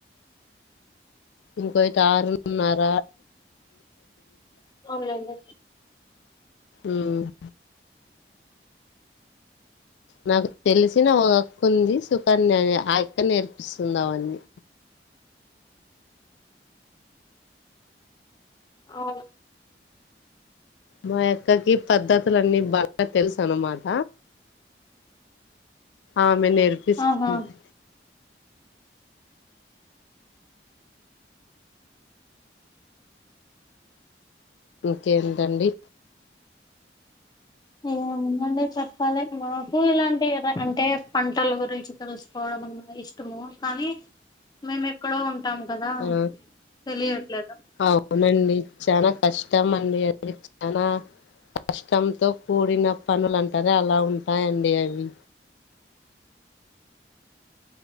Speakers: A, on the left; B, on the left.
A: ఇంకోటి ఆరున్నార
B: అవునులేండి
A: ఉమ్ నాకు తెలిసిన ఒక అక్కు ఉంది సుఖన్య ఆ ఇక్క నేర్పిస్తుంది అవన్నీ
B: ఆవును
A: మా యక్కకి పద్ధతులన్నీ బాగా తెలుసు అనమాట ఆమె నేర్పిస్తుంది
B: ఆహా
A: ఇంకేంటండి
B: ఏండి చెప్పాలి మాకు ఇలాంటి అంటే పంటల గురించి తెలుసుకోవడం ఇష్టము కానీ మేము ఎక్కడో ఉంటాం కదా
A: ఆ
B: తెలియట్లేదు
A: అవునండి చనా కష్టం అండి చనా కష్టంతో కూడిన పనులు అంటరే అలా ఉంటాయండి అవి